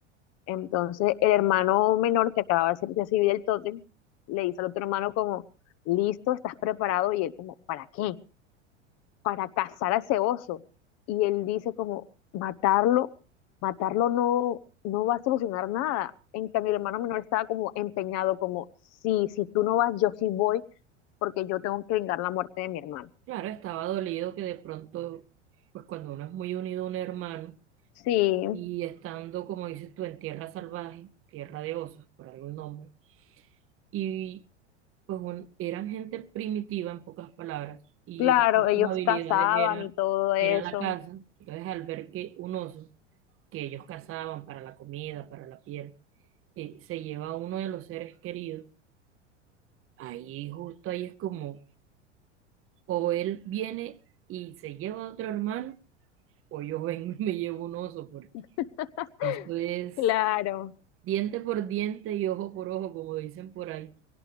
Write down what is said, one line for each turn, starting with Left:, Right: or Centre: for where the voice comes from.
Left: Entonces, el hermano menor que acababa de ser- de recibir el tótem, le dice al otro hermano como, listo, estás preparado, y él como, ¿para qué? para cazar a ese oso. Y él dice como, matarlo, matarlo no, no va a solucionar nada. En cambio, el hermano menor estaba como empeñado, como, sí, si tú no vas, yo sí voy, porque yo tengo que vengar la muerte de mi hermano.
Right: Claro, estaba dolido que de pronto, pues cuando uno es muy unido a un hermano
Left: Sí,
Right: y estando, como dices tú, en tierra salvaje, tierra de osos, por algún nombre, y pues un- eran gente primitiva, en pocas palabras, y
Left: claro,
Right: una de
Left: ellos
Right: sus habilidades
Left: cazaban
Right: era,
Left: y todo eso.
Right: era la caza. Entonces, al ver que un oso que ellos cazaban para la comida, para la piel, eh, se lleva a uno de los seres queridos, ahí justo ahí es como, o él viene y se lleva a otro hermano, o yo vengo <laughs> y me llevo un oso, porque
Left: <laughs>
Right: esto es
Left: Claro,
Right: diente por diente y ojo por ojo, como dicen por ahí.